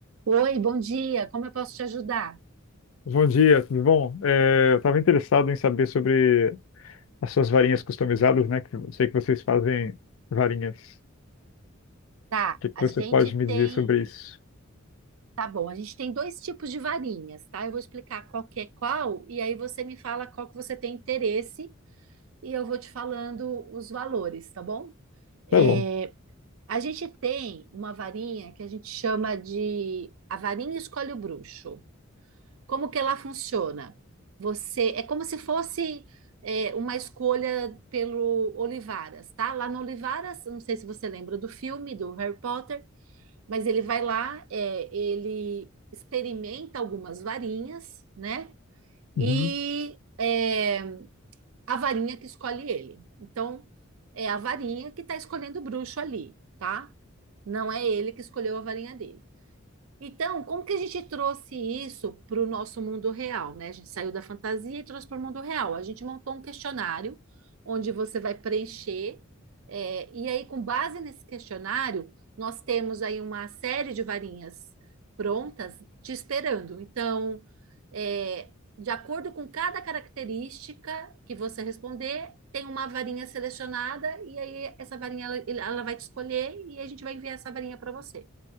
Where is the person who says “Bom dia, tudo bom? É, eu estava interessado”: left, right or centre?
Left